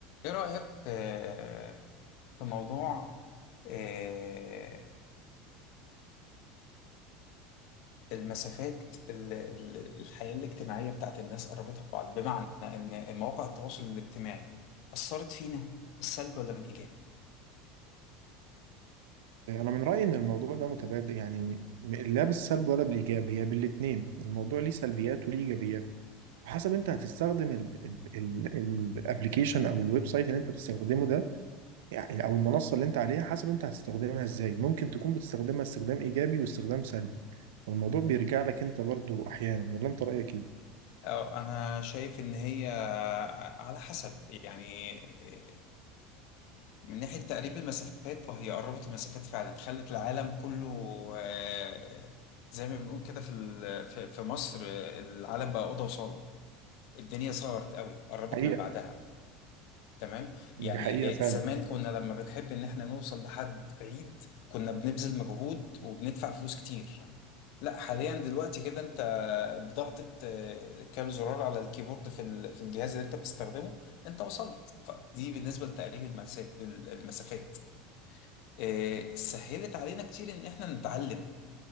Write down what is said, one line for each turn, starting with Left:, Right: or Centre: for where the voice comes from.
Left: إيه رأيك آه، في موضوع آه، المسافات ال- ال- الحياة الاجتماعية بتاعت الناس قربتها ببعض بمعنى إن مواقع التواصل الاجتماعي أثرت فينا بالسلب ولا بالإيجاب؟
Right: انا من رايي ان الموضوع ده متبادل يعني لا بالسلب ولا بالايجاب هي بالاثنين الموضوع ليه سلبيات وليه ايجابيات وحسب انت هتستخدم الابلكيشن او الويب سايت اللي انت بتستخدمه ده يعني او المنصه اللي انت عليها حسب انت هتستخدمها ازاي ممكن تكون بتستخدمها استخدام ايجابي واستخدام سلبي فالموضوع بيرجع لك انت برضو احيانا ولا انت رايك ايه
Left: أه أنا شايف إن هي على حسب يعني آه، من ناحية تقريب المسافات وهي قربت المسافات فعلا خلت العالم كله آه، زي ما بنقول كده في ال- في في مصر آه، العالم بقى أوضة وصالة الدنيا صغرت قوي وقربت
Right: حقيقه
Left: من بعدها تمام يعني
Right: دي حقيقه فعلا
Left: آه، زمان كنا لما بنحب ان احنا نوصل لحد بعيد كنا بنبذل مجهود وبندفع فلوس كتير لا حاليا دلوقتي كده انت بضغطة آه، كام زرار على الكيبورد في ال- في الجهاز اللي انت بتستخدمه انت وصلت فدي بالنسبة لتقريب المسا- المسافات آه، سهلت علينا كتير ان احنا نتعلم